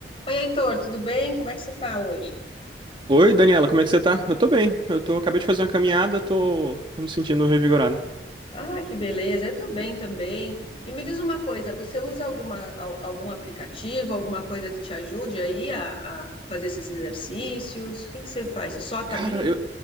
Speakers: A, on the left (about 30°); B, on the right (about 25°).
A: Oi, Heitor, tudo bem? Como é que você está hoje?
B: Oi, Daniela, como é que você tá? Eu tô bem. Eu tô, acabei de fazer uma caminhada, tô, tô me sentindo revigorado.
A: Ah, que beleza, eu estou bem também. E me diz uma coisa, você usa alguma, al- algum aplicativo, alguma coisa que te ajude aí a, a fazer esses exercícios? O que que você faz? Você só caminha?
B: Cara, eu,